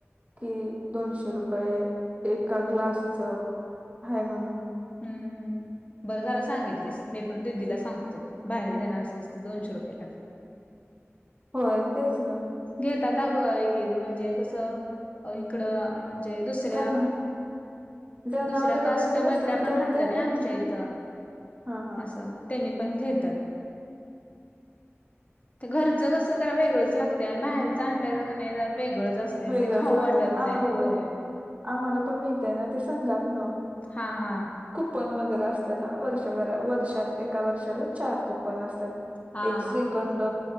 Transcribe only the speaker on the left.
हम्म-हम्म बरं झालं सांगितलेस मी मी पण दीदीला सांगतो बाहेर देणार असलीस तर दोनशे रुपये ला दे.
घेतात अग एक-एक म्हणजे कसं इकडं म्हणजे दुसऱ्या
दुसऱ्या कास्ट
मधल्या पण
राहत्या
ना
आमच्या इथं
असं. त्यांनी पण घेतात, ते घरचं कस जरा वेगळंच लाग त्या बाहेरच आणलेल कणी जरा वेगळंच असते अन
ते खाऊ
वाटत नाही
होय.
हा-हा.
हा
हा